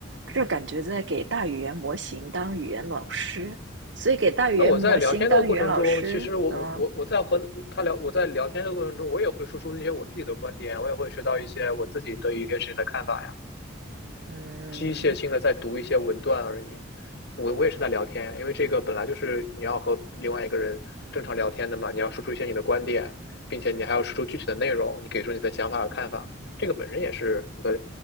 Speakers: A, on the right (about 65°); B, on the left (about 55°).
A: 这感觉在给大语言模型当语言老师，所以给大语言模型当语言老师，
B: 那我在聊天的过程中，其实我我我我在和他聊，
A: 嗯
B: 我在聊天的过程中，我也会输出一些我自己的观点，我也会学到一些我自己对于一些事情的看法呀。
A: 嗯，
B: 机械性的在读一些文段而已。我我也是在聊天，因为这个本来就是你要和另外一个人正常聊天的嘛，你要输出一些你的观点，并且你还要输出具体的内容，你给出你的想法和看法，这个本身也是一个，